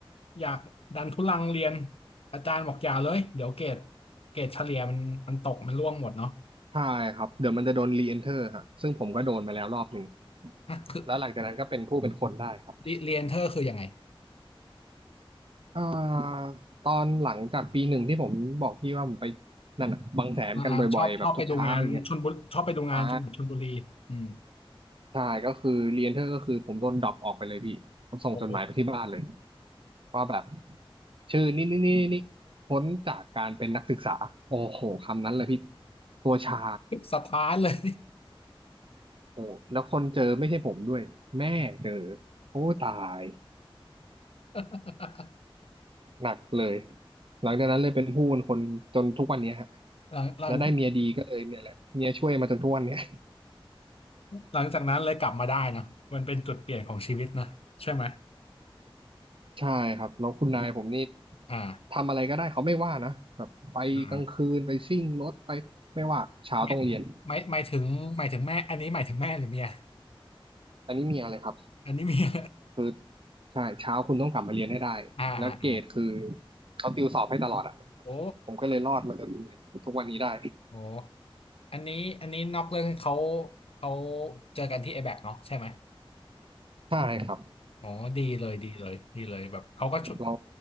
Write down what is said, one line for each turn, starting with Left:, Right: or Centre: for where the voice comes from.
Left: อยากดันทุลังเรียนอาจารย์บอกอย่าเลยเดี๋ยวเกรดเกรดเฉลี่ยมันมันตกมันร่วงหมดเนาะ
Right: ใช่ครับเดี๋ยวมันจะโดนรีเอนเทอร์ฮะซึ่งผมก็โดนมาแล้วรอบหนึ่ง
Left: อ่ะคือ
Right: แล้วหลังจากนั้นก็เป็นผู้เป็นคนได้ครับ
Left: เรียนเธอคือยังไง
Right: อ่าตอนหลังจากปีหนึ่งที่ผมบอกพี่ว่าผมไปนั่นอ่ะบางแสนกันบ่อยๆแบบทุกเช้าอย่างเงี้ย
Left: อ่าชอบชอบไปดูงานชลบุรีชอบไปดูงานจังหวัดชลบุรีอืม
Right: อ่า ใช่ก็คือรีเอนเทอร์ก็คือผมโดนดรอปออกไปเลยพี่ผมส่งจดหมายไปที่บ้านเลย
Left: โอ้
Right: ว่าแบบชื่อนี่นี่นี่นี่พ้นจากการเป็นนักศึกษาโอ้โหคำนั้นเลยพี่ตัวชา
Left: สถานเลย
Right: โอ้แล้วคนเจอไม่ใช่ผมด้วยแม่เจอโอ้ตาย
Left: <laughs>
Right: หนักเลยหลังจากนั้นเลยเป็นผู้เป็นคนจนทุกวันเนี้ยฮะ
Left: หลังหลัง
Right: แล้วได้เมียดีก็เลยเนี่ยแหละเมียช่วยมาจนทุกวันเนี้ย
Left: หลังจากนั้นเลยกลับมาได้เนอะมันเป็นจุดเปลี่ยนของชีวิตนะใช่ไหม
Right: ใช่ครับแล้วคุณนายผมนี่
Left: อ่า
Right: ทำอะไรก็ได้เขาไม่ว่านะแบบไปกลางคืนไปซิ่งรถไปไม่ว่าเช้าต้องเรียน
Left: อ่าไม่ไม่หมายถึงหมายถึงแม่อันนี้หมายถึงแม่หรือเมีย
Right: อันนี้มีอะไรครับ
Left: อันนี้เมีย
Right: คือใช่เช้าคุณต้องกลับมาเรียนให้ได้แล้วเกรดคือ
Left: <laughs> อ่าอ่าอ่า
Right: เขาติวสอบให้ตลอดอ่ะ
Left: โอ้
Right: ผมก็เลยรอดมาจนทุกวันนี้ได้
Left: โหอันนี้อันนี้นอกเรื่องเขาเขาเจอกันที่ a อแบกเนาะใช่ไหม
Right: ใช่ครับ
Left: อ๋อดีเลยดีเลยดีเลยแบบเขาก็ชุ
Right: เรา